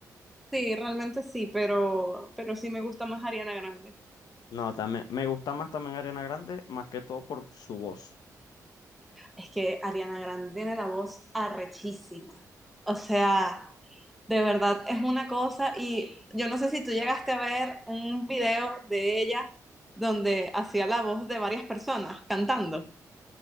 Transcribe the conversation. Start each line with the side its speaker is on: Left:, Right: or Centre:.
Centre: Sí, realmente sí, pero, pero sí me gusta más Ariana Grande.
Left: No, también, me gusta más también Ariana Grande, más que todo por su voz.
Centre: Es que Ariana Grande tiene la voz arrechísima. O sea, de verdad es una cosa y yo no sé si tú llegaste a ver un video de ella donde hacía la voz de varias personas cantando.